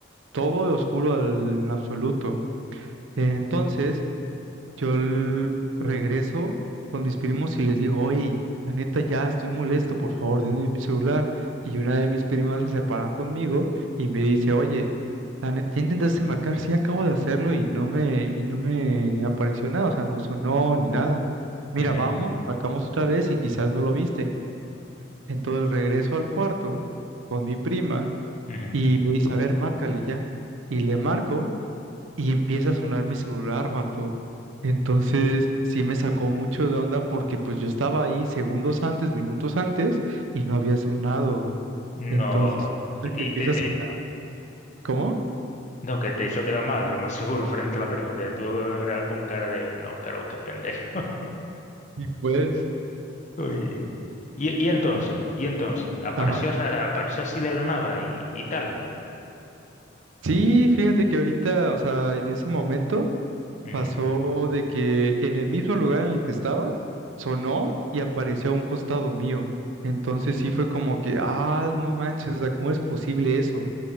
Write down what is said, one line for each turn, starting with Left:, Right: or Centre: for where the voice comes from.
Right: todo oscuro al, en absoluto. Eh, Entonces, yo l- regreso con mis primos y les digo, oye, la neta ya estoy molesto, por favor, denme mi celular. Y una de mis primas se separa conmigo y me dice, oye, la neta, ¿ya intentaste marcar? Sí, acabo de hacerlo y no me, y no me apareció nada, o sea, no sonó ni nada. Mira,
Left: ujú,
Right: vamos, marcamos otra vez y quizás no lo viste. Entonces regreso al cuarto con mi prima
Left: ujú.
Right: y me dice, a ver, márcale ya. Y le marco y empieza a sonar mi celular, vato. Entonces, sí me sacó mucho de onda porque pues yo estaba ahí segundos antes, minutos antes, y no había sonado. güey.
Left: No,
Right: Entonces, ahorita
Left: y te,
Right: que empieza
Left: te- te-
Right: a sonar, ¿cómo?
Left: no, que te hizo quedar mal, lo más seguro <laughs> frente a la prima, te tuvo que mirar con cara de, no, pero qué pendejo.
Right: Y pues,
Left: Oye. Y, y entonces, y entonces, apareció,
Right: ajá.
Left: asa- apareció así de la nada y, y tal.
Right: Sí, fíjate que ahorita, o sea, en ese momento
Left: Ujú.
Right: Pasó de que en el mismo lugar en el que estaba, sonó y apareció a un costado mío. Entonces sí fue como que, ah, no manches, o sea, ¿cómo es posible eso? O